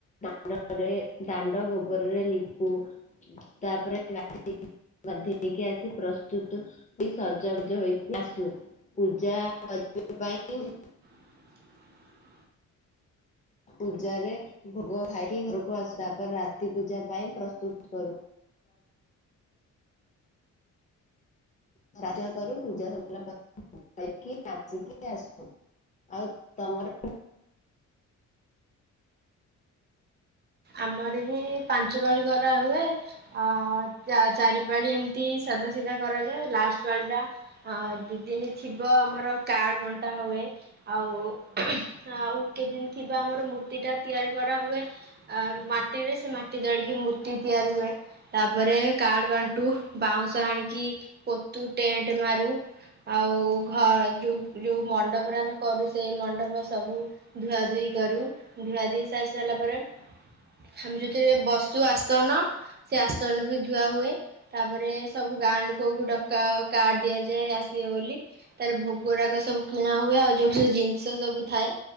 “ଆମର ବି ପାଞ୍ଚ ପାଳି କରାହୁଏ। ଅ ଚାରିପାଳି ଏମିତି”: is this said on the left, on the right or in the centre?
Right